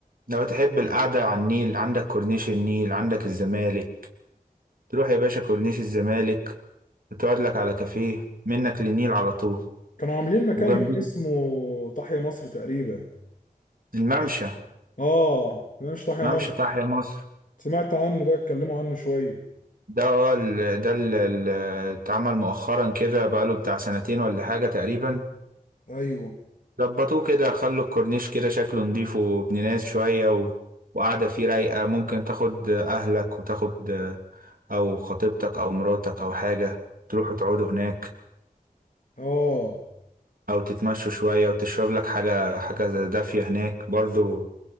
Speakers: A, on the right; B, on the left.
A: لو تحب القعدة على النيل عندك كورنيش النيل عندك الزمالك تروح يا باشا كورنيش الزمالك وتقعد لك على كافيه منك للنيل على طول
B: كانوا عاملين مكان
A: وجنبيه
B: هناك اسمه تحيا مصر تقريبا
A: الممشى
B: اه لا مش تحيا
A: ممشى
B: مصر
A: تحيا مصر
B: سمعت عنه ده اتكلموا عنه شويه
A: ده هو ال- ده اللي اتعمل مؤخرا كده بقاله بتاع سنتين ولا حاجة تقريبا
B: ايوه
A: ظبطوه كده خلوا الكورنيش كده شكله نضيف وابن ناس شوية و... وقاعدة فيه رايقة ممكن تاخد أهلك وتاخد أو خطيبتك أو مراتك أو حاجة تروحوا تقعدوا هناك
B: اه
A: أو تتمشوا شوية وتشرب لك حاجة حاجة دافية هناك برضو